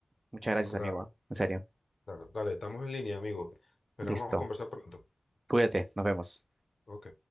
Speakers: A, on the right; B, on the left.
A: Muchas gracias,
B: claro,
A: amigo. ¿ah? En serio.
B: claro. Dale, estamos en línea, amigo. Esperamos
A: Listo.
B: conversar pronto.
A: Cuídate. Nos vemos.
B: Ok.